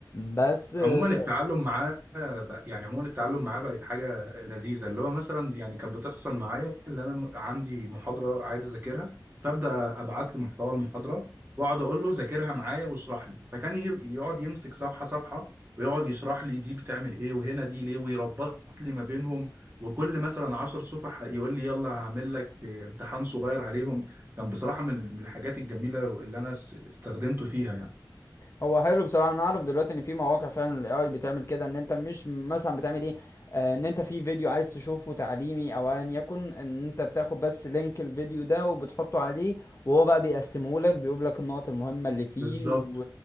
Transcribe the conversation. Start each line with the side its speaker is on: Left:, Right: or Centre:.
Left: بس آه،
Right: عموما التعلم معاه بقى يعني عموما التعلم معاه بقت حاجة لذيذة اللي هو مثلا يعني كانت بتحصل معايا اللي أنا م- عندي محاضرة عايز أذاكرها فأبدأ أبعت له محتوى المحاضرة وأقعد أقول له ذاكرها معايا واشرح لي فكان ي- يقعد يمسك صفحة صفحة ويقعد يشرح لي دي بتعمل إيه وهنا دي ليه ويربط لي ما بينهم وكل مثلا عشر صفح يقول لي يلا هعمل لك إيه، امتحان صغير عليهم كان بصراحة من من الحاجات الجميلة اللي أنا س- استخدمته فيها يعني
Left: هو حلو بصراحه انا اعرف دلوقتي ان في مواقع فعلا الاي اي بتعمل كده ان انت مش مثلا بتعمل ايه آه، ان انت في فيديو عايز تشوفه تعليمي او ايا يكن ان انت بتاخد بس لينك الفيديو ده وبتحطه عليه وهو بقى بيقسمه لك بيقول لك النقط المهمه اللي فيه
Right: بالظبط
Left: و...